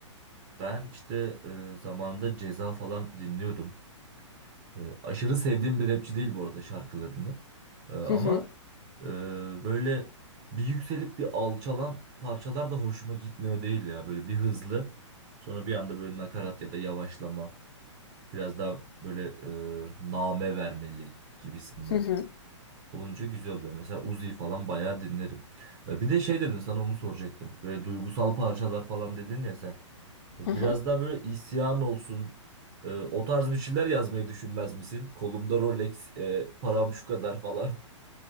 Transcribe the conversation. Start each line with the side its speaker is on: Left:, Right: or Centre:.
Right: Ben işte e, zamanında Ceza falan dinliyordum. E, aşırı sevdiğim bir rapçi değil bu arada şarkılarını. E, ama
Left: Hı hı,
Right: e, böyle bir yükselip bir alçalan parçalar da hoşuma gitmiyor değil ya. Böyle bir hızlı sonra bir anda böyle nakarat ya da yavaşlama. Biraz daha böyle e, name vermeli gibisinden
Left: hı hı,
Right: olunca güzel oluyor. Mesela Uzi falan bayağı dinlerim. E, Bir de şey dedin sana onu soracaktım. Böyle duygusal parçalar falan dedin ya sen. Biraz
Left: hı hı.
Right: daha böyle isyan olsun. e, O tarz bir şeyler yazmayı düşünmez misin? Kolumda Rolex, e, param şu kadar falan. <laughs>